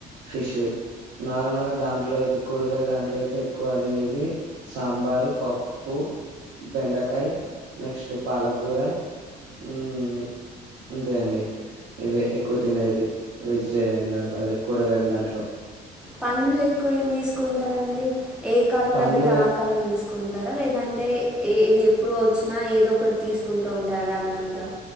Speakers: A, on the right; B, in the centre.
A: ఫిష్ నార్మల్గా దాంట్లో అయితే కూరగాయలు దాంట్లో అయితే ఎక్కువ తినేది సాంబారు పప్పు బెండకాయ్ నెక్స్ట్ పాలకూర ఉమ్ఇంతే అండి ఇవె ఎక్కువ తినేది వెజిటేరియన్ అదే కూరగాయల దాంట్లో
B: పండ్లు ఎక్కువ ఏం తీసుకుంటారండి ఏ కాలం
A: పండ్లు
B: తగ్గితే ఆ కాలం తీసుకుంటారా లేదంటే ఏది ఎప్పుడు వచ్చినా ఏదో ఒకటి తీసుకుం టారాండం గా